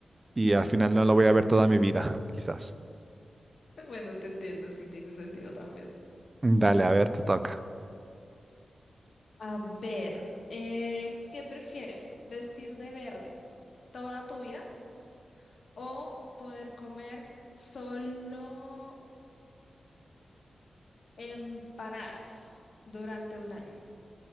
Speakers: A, on the right; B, on the left.
A: y al final no lo voy a ver toda mi vida, <laughs> quizás.
B: Bueno, te entiendo, sí tiene sentido también.
A: Dale, a ver, te toca.
B: A ver, eh, ¿qué prefieres? ¿Vestir de verde toda tu vida o poder comer solo empanadas durante un año?